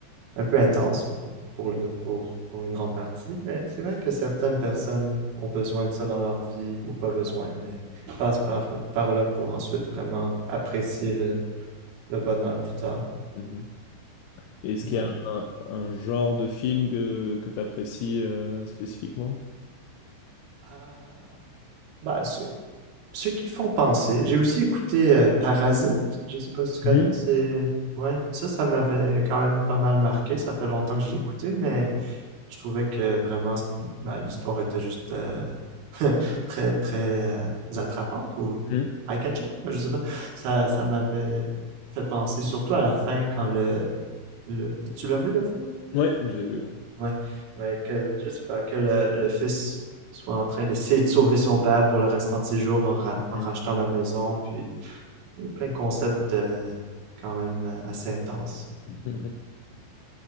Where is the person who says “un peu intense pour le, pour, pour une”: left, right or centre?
Right